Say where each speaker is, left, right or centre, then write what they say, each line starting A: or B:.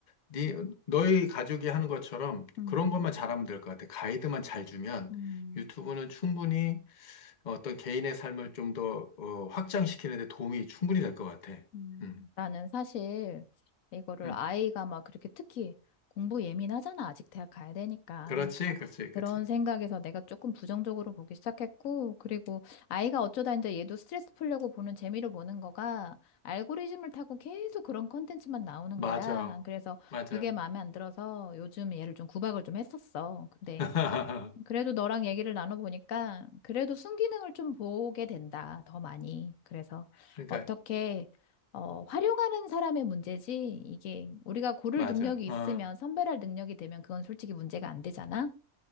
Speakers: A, on the left; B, on the left.
A: 네, 너희 가족이 하는 것처럼
B: 음,
A: 그런 것만 잘하면 될 것 같아. 가이드만 잘 주면
B: 음.
A: 유튜브는 충분히 어떤 개인의 삶을 좀더 어, 확장시키는 데 도움이 충분히 될 것 같아.
B: 음.
A: 음,
B: 나는 사실 이거를
A: 음.
B: 아이가 막 그렇게 특히 공부 예민하잖아. 아직 대학 가야 되니까.
A: 그렇지,
B: 그러니까
A: 그렇지,
B: 그런
A: 그렇지.
B: 생각에서 내가 조금 부정적으로 보기 시작했고, 그리고 아이가 어쩌다 이제 얘도 스트레스 풀려고 보는 재미로 보는 거가 알고리즘을 타고 계속 그런 컨텐츠만 나오는
A: 맞아,
B: 거야. 그래서
A: 맞아.
B: 그게 마음에 안 들어서 요즘 얘를 좀 구박을 좀 했었어. 근데
A: <laughs>
B: 그래도 너랑 얘기를 나눠보니까 그래도 순기능을 좀 보게 된다, 더 많이. 그래서
A: 그러니까,
B: 어떻게 어, 활용하는 사람의 문제지 이게 우리가 고를
A: 맞아.
B: 능력이 있으면
A: 어,
B: 선별할 능력이 되면 그건 솔직히 문제가 안 되잖아.